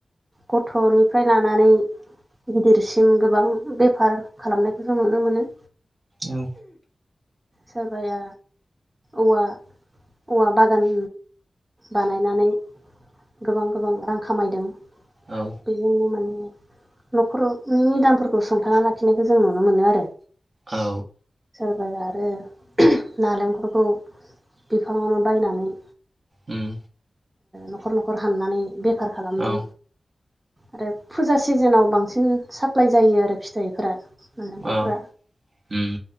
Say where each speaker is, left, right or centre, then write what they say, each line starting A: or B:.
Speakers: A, on the right; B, on the right.
A: गथ'निफ्राय लानानै गिदिरसिम गोबां बेफार खालामनायखौ जों नुनो मोनो।
B: औ
A: सोरबाया औवा, औवा बागान बानायनानै गोबां गोबां रां खामायदों
B: औ
A: बेजोंनो माने न'खरनि निदानफोरखौ सुंथानानानै लाखिनायखौ जों नुनो मोनो आरो
B: औ
A: फोर आरो नालेंखलखौ बिफाङावनो बायनानै
B: ओम
A: नखर नखर हाननानै। बेफा खालामदों
B: औ
A: आरो फुजा सिजोनाव बांसिन साफ्लाय जायो आरो फिथाइफोरा नालेंखरफ्रा
B: औ उम